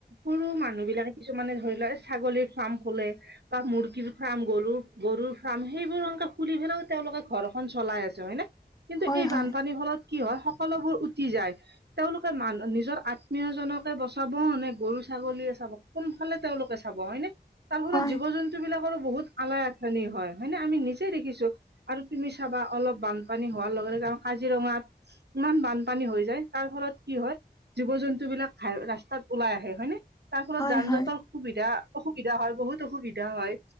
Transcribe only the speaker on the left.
হয়
হয়
হয়
হয়
হয়